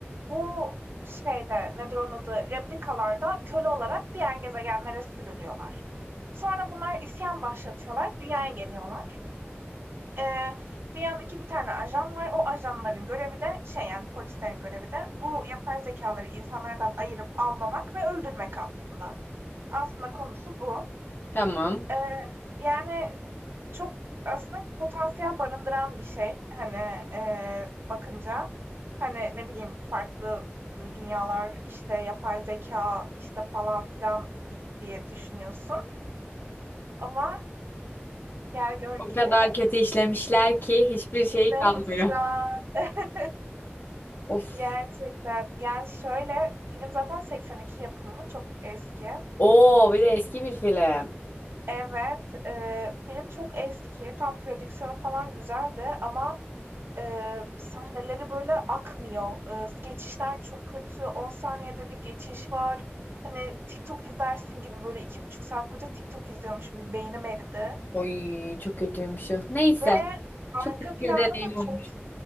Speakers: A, on the right; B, on the left.
A: bu şeyde nedir onun adı replikalarda köle olarak diğer gezegenlere sürülüyorlar. Sonra bunlar isyan başlatıyorlar, dünyaya geliyorlar. Eee, dünyadaki bir tane ajan var. O ajanların görevi de şey yani polislerin görevi de bu yapay zekaları insanlardan ayırıp avlamak ve öldürmek aslında. Aslında konusu bu.
B: Tamam.
A: Eee, yani çok aslında potansiyel barındıran bir şey. Hani eee, bakınca hani ne bileyim farklı e, dünyalar işte yapay zeka işte falan filan di- diye düşünüyorsun. Ama gel gör
B: O
A: ki
B: kadar kötü işlemişler ki hiçbir şeyi
A: yine
B: kalmıyor.
A: hüsran. <laughs>
B: Of.
A: Gerçekten. Yani, şöyle, film zaten 82 yapımı, çok eski.
B: Oo, bir de eski bir film.
A: Evet, eee, film çok eski, tam prodüksiyonu falan güzeldi ama, eee, sahneleri böyle akmıyor. Eee, geçişler çok kötü, 10 saniyede bir geçiş var. Hani, TikTok izlersin gibi, böyle iki buçuk saat boyunca TikTok izliyormuşum gibi beynim eridi
B: Oy çok kötüymüş o. Neyse.
A: ve
B: Çok
A: arka
B: kötü bir
A: planda
B: deneyim
A: da
B: olmuş.
A: çok